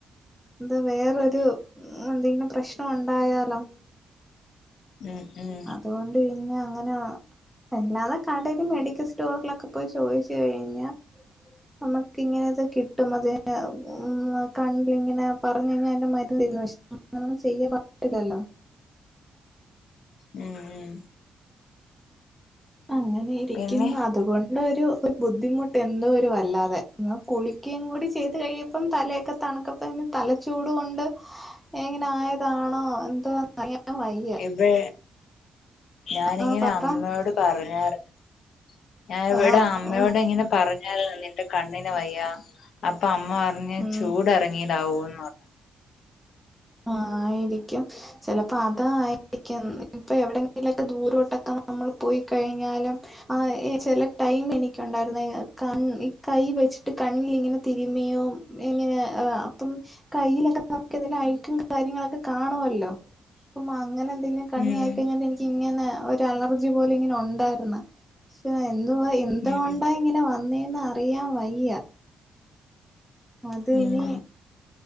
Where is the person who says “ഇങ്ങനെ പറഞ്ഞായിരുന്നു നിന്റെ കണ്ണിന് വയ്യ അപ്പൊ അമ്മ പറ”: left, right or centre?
Left